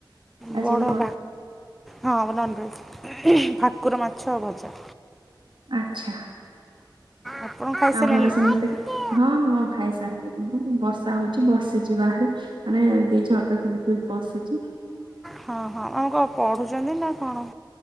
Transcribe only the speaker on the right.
ଆଜି
ନ
ଆଚ୍ଛା।
ଆଉ ଘର ସମସ୍ତେ
ହଁ ହଁ। ଖାଇସାରିଲେଣିି ବସା ହଉଚି ବସିଛି ବାହାରେ ମାନେ ଏମିତି ଝରକା ଖୋଲିକି ବସିଛି